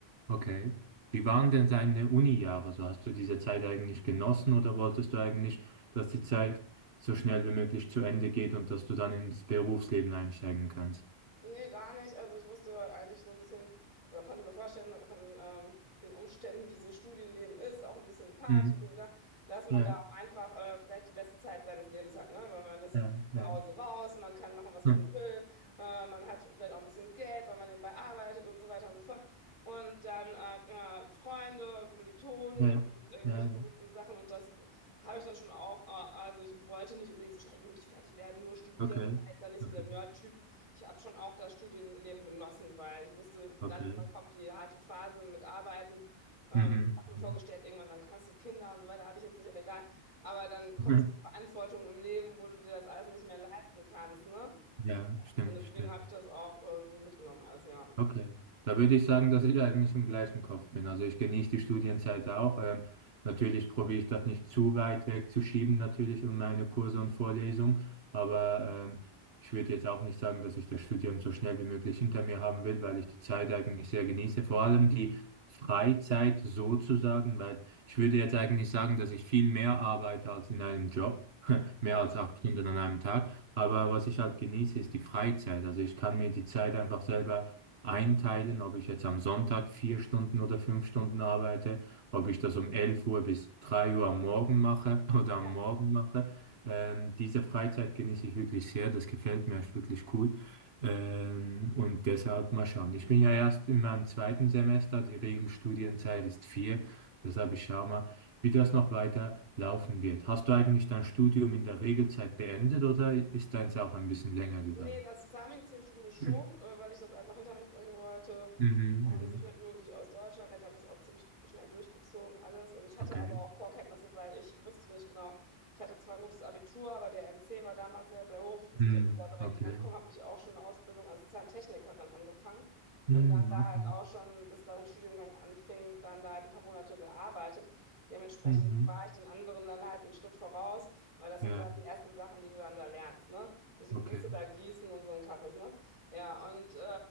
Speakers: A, on the right; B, on the left.
A: Okay. Wie waren denn deine Uni-Jahre? So hast du diese Zeit eigentlich genossen oder wolltest du eigentlich, dass die Zeit so schnell wie möglich zu Ende geht und dass du dann ins Berufsleben einsteigen kannst?
B: Nee, gar nicht. Also ich wusste eigentlich so ein bisschen oder konnte mir vorstellen von ähm, den Umständen, wie so Studienleben ist, auch ein bisschen Party
A: Mhm.
B: oder dass man
A: Ja,
B: da auch einfach äh, vielleicht die beste Zeit seines Lebens hat, ne? Weil man ist
A: ja,
B: zu
A: ja.
B: Hause raus, man kann machen, was man
A: Hm.
B: will, äh, man hat vielleicht auch ein bisschen Geld, weil man nebenbei arbeitet und so weiter und so fort. Und dann äh, äh, Freunde und Kommilitonen
A: Ja,
B: und irgendwelche
A: ja, ja.
B: verrückten Sachen und das habe ich dann schon auch, äh, also ich wollte nicht unbedingt so schnell wie möglich fertig werden, nur studieren,
A: Okay.
B: ich war jetzt da nicht so
A: Okay.
B: der Nerd-Typ. Ich habe schon auch das Studienleben genossen, weil ich wusste,
A: Okay.
B: dann irgendwann kommt die harte Phase mit Arbeiten. Ähm,
A: Mhm.
B: habe mir vorgestellt,
A: Mhm.
B: irgendwann dann hast du Kinder und so weiter, habe ich jetzt nicht, aber egal. Aber dann kommt
A: <laughs>
B: so die Verantwortung im Leben, wo du dir das alles nicht mehr leisten kannst, ne?
A: Ja, stimmt,
B: Und deswegen
A: stimmt.
B: habe ich das auch äh, so mitgenommen, alles, ja.
A: Okay, da würde ich sagen, dass ich eigentlich im gleichen Kopf bin. Also ich genieße die Studienzeit auch. Ähm, natürlich probiere ich das nicht zu weit wegzuschieben, natürlich um meine Kurse und Vorlesungen. Aber ähm, ich würde jetzt auch nicht sagen, dass ich das Studium so schnell wie möglich hinter mir haben will, weil ich die Zeit eigentlich sehr genieße. Vor allem die Freizeit sozusagen, weil ich würde jetzt eigentlich sagen, dass ich viel mehr arbeite als in einem Job. <laughs> Mehr
B: Ja.
A: als acht Stunden an einem Tag. Aber was ich halt genieße, ist die Freizeit. Also ich kann mir die Zeit einfach selber einteilen, ob ich jetzt am Sonntag vier Stunden oder fünf Stunden arbeite, ob ich das um 11 Uhr bis 3 Uhr am Morgen mache <laughs> oder am
B: Ja.
A: Morgen mache. Ähm, diese Freizeit genieße ich wirklich sehr, das gefällt mir, ist wirklich cool. Ähm, und deshalb mal schauen. Ich bin ja erst in meinem zweiten Semester, die Regelstudienzeit ist vier, deshalb ich schaue mal, wie das noch weiter laufen wird. Hast du eigentlich dein Studium in der Regelzeit beendet oder ist deins auch ein bisschen länger gegangen?
B: Nee, das Zahnmedizinstudium schon,
A: Mhm,
B: äh, weil ich das einfach hinter mich bringen wollte
A: mhm.
B: und so schnell wie möglich aus Deutschland weg. Da habe ich das auch ziemlich schnell durchgezogen, alles. Und ich hatte
A: Okay.
B: aber auch Vorkenntnisse, weil ich wusste nicht genau. Ich hatte zwar ein gutes Abitur, aber der NC war damals sehr, sehr hoch. Ich wusste
A: Mhm,
B: nicht, ob ich da direkt
A: okay.
B: rankomme. Habe ich auch schon eine Ausbildung als Zahntechnikerin angefangen und
A: Mhm,
B: dann da
A: okay.
B: halt auch schon, bis dann Studiengang anfing, dann da halt ein paar Monate gearbeitet. Dementsprechend
A: Mhm.
B: war ich den anderen dann halt einen Schritt voraus, weil das sind
A: Ja,
B: dann die ersten Sachen, die du dann da lernst, ne? dass die Gebüsse
A: okay.
B: da gießen und so ein Kappes, ne? Ja, und äh,